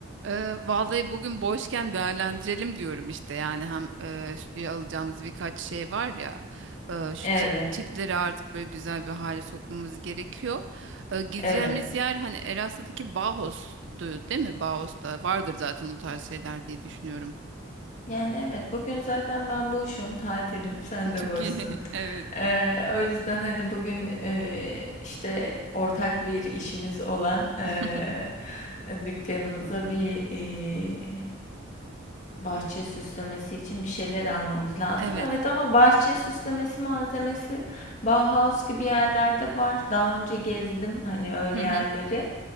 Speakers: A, on the right (about 60°); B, on the left (about 35°).
A: Ee, vallahi bugün boşken değerlendirelim diyorum işte yani hem e, stüdyoya alacağımız birkaç şey var ya e, şu
B: Evet,
A: çi- çitleri artık böyle güzel bir hale sokmamız gerekiyor. E, gideceğimiz
B: evet.
A: yer hani Eras'taki Bauhaus'du değil mi? Bauhaus'ta vardır zaten o tarz şeyler diye düşünüyorum.
B: Yani evet bugün zaten ben boşum, tatilim, sen
A: <laughs>
B: de
A: Çünkü
B: boşsun.
A: <laughs> evet.
B: Ee, o yüzden hani bugün e, işte ortak bir işimiz olan e,
A: <laughs>
B: dükkanımıza bir e, bahçe süslemesi için bir şeyler almamız lazım.
A: Evet.
B: Evet ama bahçe süslemesi malzemesi Bauhaus gibi yerlerde var. Daha önce gezdim hani öyle
A: Hı
B: yerleri.
A: hı.